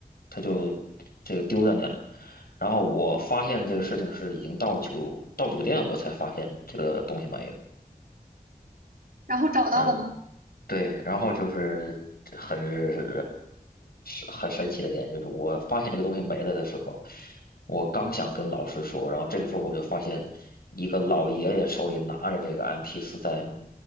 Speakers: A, on the left (about 80°); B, on the right (about 70°).
A: 他就这个丢在那了。然后我发现这个事情是已经到酒到酒店我才发现这个东西没了。
B: 然后找到了吗？
A: 嗯。对，然后就是很很很神奇的点，就是我发现这个东西没了的时候，我刚想跟老师说，然后这个时候我就发现一个老爷爷手里拿着这个 m p 四，在